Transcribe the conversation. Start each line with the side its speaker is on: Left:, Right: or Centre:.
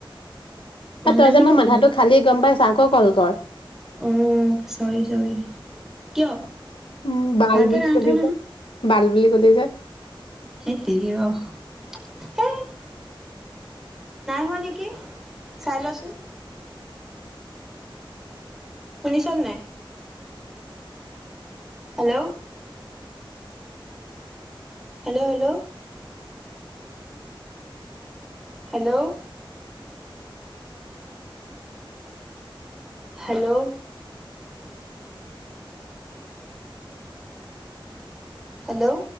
Centre: কম
Left: তই
Centre: দামী
Left: যে মোৰ
Centre: কাপোৰ
Left: মাথাটো খালি গম পাইছ আকৌ কল কৰ
Centre: অ চৰি চৰি কিয়
Left: উ বাল
Centre: ভালকে
Left: বুলি
Centre: নাই
Left: কধিছ
Centre: উঠা
Left: বাল বুলি গলি যে
Centre: ধেৎ তেৰি অ নাই হোৱা নেকি চাই লচোন শুনিছনে নাই? Hello hello hello hello hello hello!